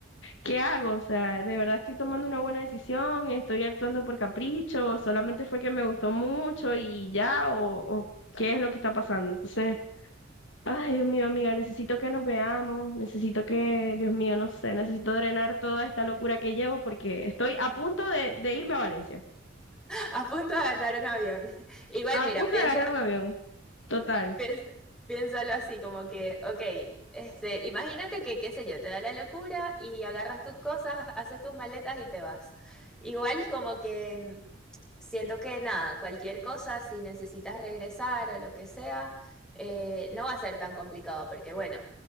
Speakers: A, on the left (about 65°); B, in the centre.
A: ¿qué hago? O sea, ¿de verdad estoy tomando una buena decisión? ¿Estoy actuando por capricho? ¿O solamente fue que me gustó mucho y ya? ¿O, o qué es lo que está pasando? Entonces... Ay, Dios mío, amiga, necesito que nos veamos, necesito que, Dios mío, no sé, necesito drenar toda esta locura que llevo porque estoy a punto de, de irme a Valencia,
B: A punto de agarrar un avión. Igual,
A: a
B: mira,
A: punto
B: piensa
A: de agarrar un avión, total.
B: Piens- piénsalo así, como que, ok, este, imagínate que, qué sé yo, te da la locura y agarras tus cosas, haces tus maletas y te vas. Igual como que mm, siento que nada, cualquier cosa, si necesitas regresar o lo que sea, eh, no va a ser tan complicado, porque bueno,